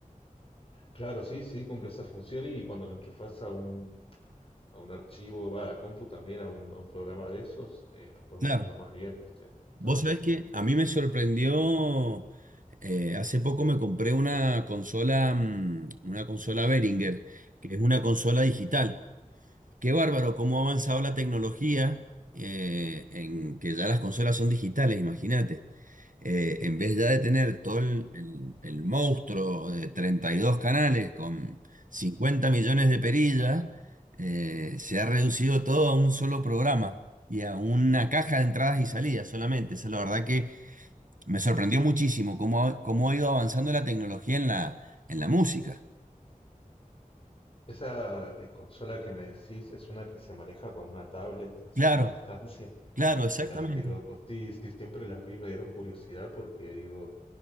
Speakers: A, on the left; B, on the right.
A: Claro, sí, sí, cumple esa función y cuando lo enchufas a un a un archivo, va a la compu también, a un, a un programa de esos, eh, lo puedes
B: Claro.
A: usarlo más bien, ¿viste?
B: Vos
A: Está buenísimo.
B: sabés que a mí me sorprendió, eh, hace poco me compré una consola, mm, una consola Behringer, que es una consola digital. Qué bárbaro cómo ha avanzado la tecnología, eh, en que ya las consolas son digitales, imagínate eh, en vez ya de tener todo el, el- el monstruo de 32 canales con 50 millones de perillas, eh, se ha reducido todo a un solo programa y a una caja de entradas y salidas solamente. Esa es la verdad que me sorprendió muchísimo cómo ha, cómo ha ido avanzando la tecnología en la, en la música.
A: Esa eh, consola que me decís es una que se maneja con una tablet, así
B: Claro,
A: como a distancia.
B: claro, exactamente.
A: Mirá, qué loco. Sí, sí, siempre las vi, me dieron curiosidad porque digo,